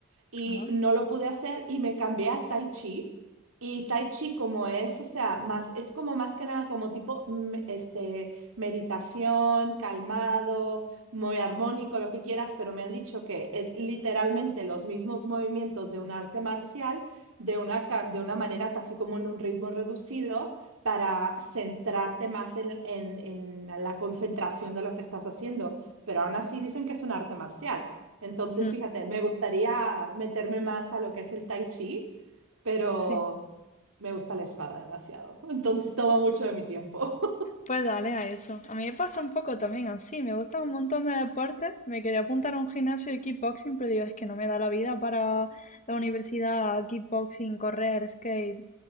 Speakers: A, on the right; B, on the left.
A: y
B: ah,
A: no lo pude hacer y me cambié a tai chi. Y tai chi como es, o sea, más, es como más que nada como tipo, mm, este, meditación, calmado, muy armónico, lo que quieras, pero me han dicho que es literalmente los mismos movimientos de un arte marcial de una, ca- de una manera casi como en un ritmo reducido para centrarte más en, en- en la concentración de lo que estás haciendo. Pero aún así dicen que es un arte marcial. Entonces,
B: hmm,
A: fíjate, me gustaría meterme más a lo que es el tai chi, pero
B: sí.
A: me gusta la espada demasiado. <laughs> Entonces toma mucho de mi tiempo. <laughs>
B: Pues dale a eso. A mí me pasa un poco también así. Me gustan un montón de deportes. Me quería apuntar a un gimnasio de kickboxing, pero digo, es que no me da la vida para la universidad, kickboxing, correr, skate.